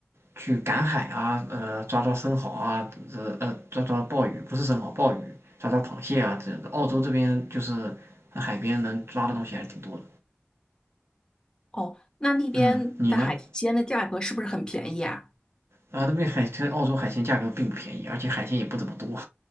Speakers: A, on the right; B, on the left.
A: 去赶海啊，呃，抓抓生蚝啊，这呃抓抓鲍鱼，不是生蚝，鲍鱼，抓抓螃蟹啊，这澳洲这边就是海边能抓的东西还是挺多。
B: 哦，那那边的海鲜的价格是不是很便宜啊？
A: 嗯，你呢？啊，那边海这澳洲海鲜价格并不便宜，而且海鲜也不怎么多。